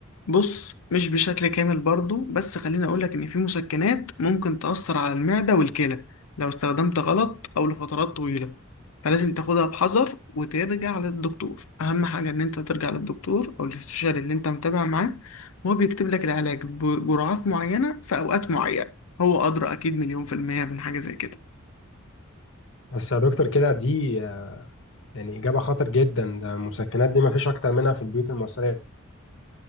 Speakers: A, on the left; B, on the left.
A: بص مش بشكل كامل برضو بس خليني أقولك إن في مسكنات ممكن تأثر على المعدة والكلى لو استخدمت غلط أو لفترات طويلة فلازم تاخدها بحذر وترجع للدكتور أهم حاجة إن أنت ترجع للدكتور أو الاستشاري اللي أنت متابع معاه وهو بيكتب لك العلاج بجرعات معينة في أوقات معينة هو أدرى أكيد مليون في المية من حاجة زي كده
B: بس يا دكتور كده دي آه، يعني اجابه خطر جدا ده المسكنات دي ما فيش اكتر منها في البيوت المصريه